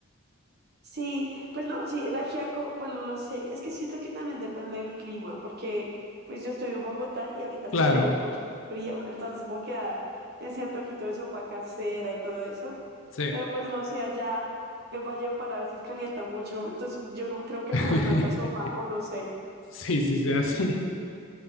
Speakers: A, on the right; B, on the left.
A: Sí, pues no, sí, el ajiaco, bueno, no sé, es que siento que también depende del clima, porque pues yo estoy en Bogotá y ahorita está
B: Claro,
A: haciendo un poquito frío, entonces como queda ese antojito de sopa casera y todo eso,
B: sí.
A: pero pues no sé, allá en Valledupar a veces calienta mucho, entonces yo no creo que
B: <laughs>
A: coman tanta sopa, o no sé.
B: Sí, sí, sí, así.